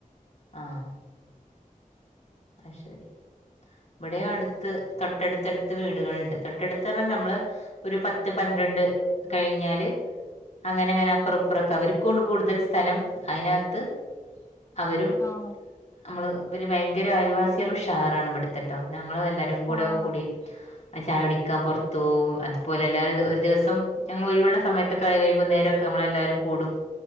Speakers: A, on the left; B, on the left.
A: ആഹ് അഹ് ശരി ഇവിടെ അടുത്ത് തൊട്ടടുത്തടുത്ത് വീടുകളുണ്ട്. തൊട്ടടുത്ത് പറഞ്ഞാ നമ്മള് ഒരു പത്ത് പന്ത്രണ്ട് കഴിഞ്ഞാല് അങ്ങനെ അങ്ങനെ അപ്പുറപ്പറൊക്കെ
B: ആഹ്
A: അവർക്കും ഉണ്ട്. കൂടുതൽ സ്ഥലം അയിനതിനകത്ത് അവരും
B: ആണോ
A: നമ്മള് പിന്നെ ഭയങ്കര അയിവാസികൾ ഉഷാറാണ് ഇവിടുത്തെട്ടോ, ഞങ്ങളെല്ലാ എല്ലാരും കൂടെ
B: ആഹ്
A: കൂടി ചായ കുടിക്കാൻ പുറത്ത് പോകും. ഇതുപോലെ എല്ലാരും ഒരു ദിവസം ഞങ്ങൾ ഒഴിവുള്ള സമയത്തൊക്കെ വൈകുന്നേരമൊക്കെ നമ്മളെല്ലാരും കൂടും.